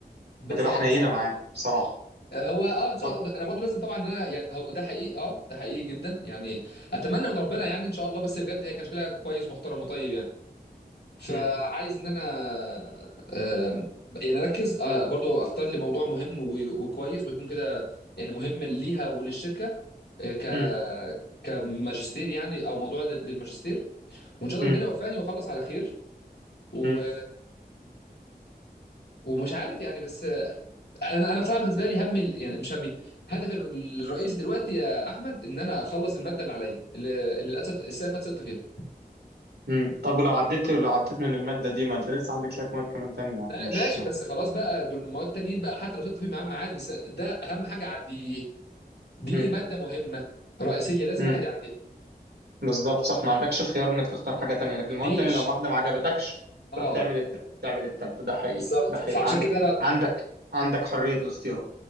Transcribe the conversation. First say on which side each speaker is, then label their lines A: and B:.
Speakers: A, on the left; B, on the right.
A: بالظبط
B: هتبقى حنينة
A: بالظبط
B: معاك بصراحة
A: آه، هو اه ان شاء
B: طب
A: الله انا برضه لازم طبعا ان انا يعني هو ده حقيقي اه ده حقيقي جدا يعني اتمنى من ربنا يعني ان شاء الله بس بجد هي كان شكلها كويس محترم وطيب يعني فعايز
B: مم.
A: ان انا آه، يعني اركز آه، برضه اختار لي موضوع مهم و- وكويس ويكون كده يعني مهم ليها وللشركه آه، ك
B: مم.
A: كماجستير يعني او موضوع لل- للماجستير وان شاء
B: مم.
A: الله ربنا يوفقني واخلص على خير و...
B: مم.
A: ومش عارف يعني بس انا انا بصراحه بالنسبه لي همي يعني مش همي هدفي الرئيسي دلوقتي يا احمد ان انا اخلص الماده اللي عليا اللي, اللي للاسف السنه اللي فاتت سقطت فيها
B: مم. طب ولو عديت لو عديت من المادة دي ما انت لسه عندك شوية مواد كمان تانية يعني
A: ما-
B: مش
A: ماشي بس خلاص بقى دول المواد التانيين بقى حتى لو سقطت فيهم يا عم عادي بس ده اهم حاجه اعديه دي
B: مم.
A: ماده مهمه رئيسيه لازم
B: مم.
A: الواحد يعديها
B: بالظبط صح ما عندكش خيار انك تختار حاجة تانية لكن
A: ما عنديش
B: المواد التانية لو واحدة ما عجبتكش
A: اه
B: تروح تعمل الت... تعمل التالتة ده حقيقي
A: بالظبط
B: ده حقيقي
A: فعشان
B: عند...
A: كده انا
B: عندك عندك حرية الاختيار